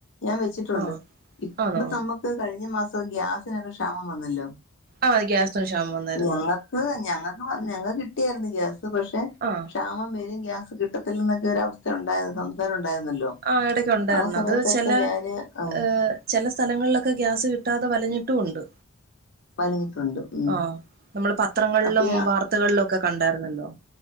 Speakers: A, on the left; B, on the right.
A: ഞാൻ വെച്ചിട്ടുണ്ട്
B: ആഹ്
A: ഇപ്പ
B: ആണോ
A: തമ്മ ക്ക് കഴിഞ്ഞ മാസം ഇപ്പൊ ഗ്യാസിനൊക്ക ക്ഷാമം വന്നല്ലോ
B: ആഹ് ഗ്യാസിന് ക്ഷാമം വന്നായിരുന്നു
A: ഞങ്ങക്ക് ഞങ്ങക്ക് വന്ന ഞങ്ങക്ക്‌ കി <unintelligible> പക്ഷെ
B: ആഹ്
A: ക്ഷാമം വരും ഗ്യാസ് കിട്ടത്തില്ലന്നക്കെരവസ് ഒറ്റെണ്ടാര്ന്നു സംസാരം ഒ ണ്ടായിരുന്നല്ലോ
B: ആഹ് ഇടയ്ക്ക് ഉണ്ടായിരുന്നു
A: ആ സമയത്തൊക്കെ
B: അത് ചില
A: ഞാന് ആ
B: ഏഹ് ചില സ്ഥലങ്ങളിലൊക്കെ ഗ്യാസ് കിട്ടാതെ വലഞ്ഞിട്ടുണ്ട്
A: വലിഞ്ഞിട്ടുണ്ട് ഉം
B: ആ നമ്മള് പത്രങ്ങളിലും
A: അപ്പൊ
B: വാർത്തകളിലും ഒക്കെ കണ്ടായിരുന്നല്ലോ